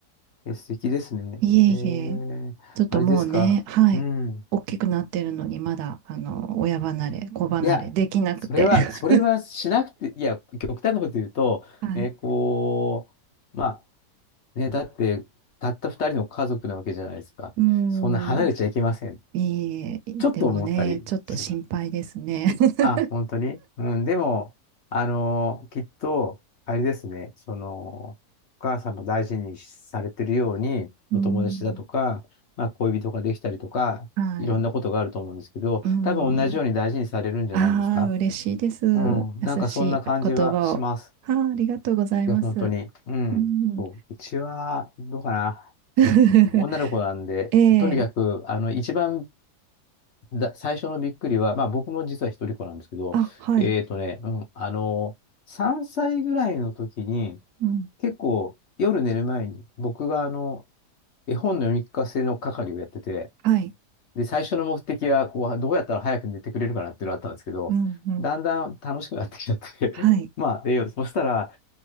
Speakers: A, on the left (about 50°); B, on the right (about 75°).
A: え、素敵ですね。
B: い。いえいえ、
A: ええ、
B: ちょっともうね、
A: あれですか。
B: はい、
A: うん。
B: 大きくなってるのに、まだ、あの、親離れ、子離れできなくて。
A: いや、それは、
B: <laughs>
A: それはしなくて、いや、極端なこと言うと、
B: はい。
A: ね、こう、まあ、ね、だって、たった二人の家族なわけじゃないですか。
B: うん。
A: そんな離れちゃいけません。
B: いい、
A: ちょっと思ったりします。
B: でもね、ちょっと心配ですね。<laughs>
A: あ、本当にうん、でも、あの、きっと、あれですね、その、お母さんも大事にされてるように、
B: うん。
A: お友達だとか、まあ、恋人ができたりとか、
B: <laughs> はい。
A: いろんなことがあると思うんですけど、
B: うん。
A: 多分同じように大事にされるんじゃないんですか
B: ああ、嬉しいです。優しい言葉を。
A: うん、なんかそんな感じはします。
B: ああ、ありがとうございます。
A: いや、本当に。うん、
B: うん。
A: そう。うちは、どうかな。
B: <laughs>
A: 女の子なんで、
B: ええ。
A: とにかく、あの、一番だ、最初のびっくりは、まあ僕も実は一人っ子なんですけど、
B: あ、はい。
A: えっとね、うん、あの、3歳ぐらいの時に、
B: うん。
A: 結構夜寝る前に、僕があの、絵本の読み聞かせの係をやってて、
B: はい。
A: で、最初の目的は、こう、どうやったら早く寝てくれるかなっていうのがあったんですけど、
B: うん、うん。
A: だんだん楽しくなってきちゃって
B: はい。
A: <laughs> まあ、で、そしたら、